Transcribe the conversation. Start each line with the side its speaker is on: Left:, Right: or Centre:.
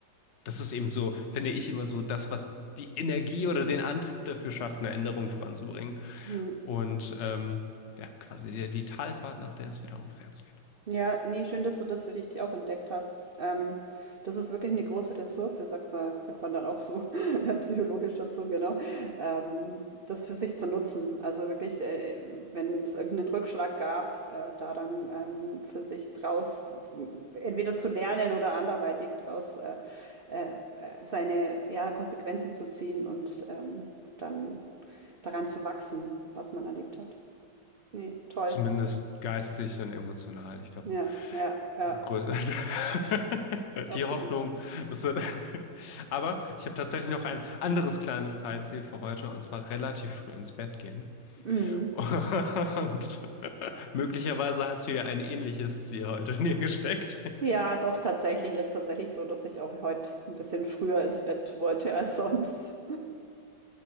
Left: Das ist eben so, finde ich immer so das, was die Energie oder den Antrieb dafür schafft, eine Änderung voranzubringen.
Right: Hm.
Left: Und ähm, ja, quasi die, die Talfahrt, nach der es wieder aufwärts geht.
Right: Ja, nee, schön, dass du das für dich auch entdeckt hast. Ähm, das ist wirklich eine große Ressource, sagt man, sagt man dann auch so, <laughs> psychologisch dazu, genau, ähm, das für sich zu nutzen. Also wirklich, äh, wenn es irgendeinen Rückschlag gab, äh, da dann ähm, für sich draus m, entweder zu lernen oder anderweitig draus äh, äh, äh, seine ja, Konsequenzen zu ziehen und ähm, dann daran zu wachsen, was man erlebt hat. Nee, toll.
Left: Zumindest geistig und emotional. Ich glaube,
Right: Ja, ja, ja,
Left: grö- <laughs>
Right: absolut.
Left: die Hoffnung. Ist, <laughs> aber ich habe tatsächlich noch ein anderes kleines Teilziel für heute und zwar relativ früh ins Bett gehen.
Right: Mhm.
Left: Und <laughs> möglicherweise hast du ja ein ähnliches Ziel heute <laughs> in dir gesteckt.
Right: Ja, doch, tatsächlich ist tatsächlich so, dass ich auch heute ein bisschen früher ins Bett wollte als sonst.